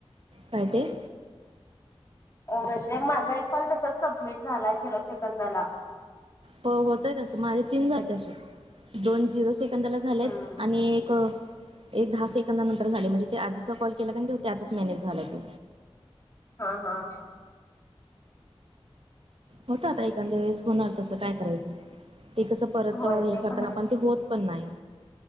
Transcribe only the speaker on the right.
काहि तेे
प होतय असं माझे तीन जात अस दोन जिरो सेकंदाला झालेत
आणि एक एक दहा सेकंद नंतर झाले म्हणजे ते आधीचा कॉल केला को त्यातच मॅनेज झालाय तो
होत आता एखाद्या वेळेस होणार तसं काय करायचं ते कसं परत
हे
करताना
आपण ते होत उत् पन् नाही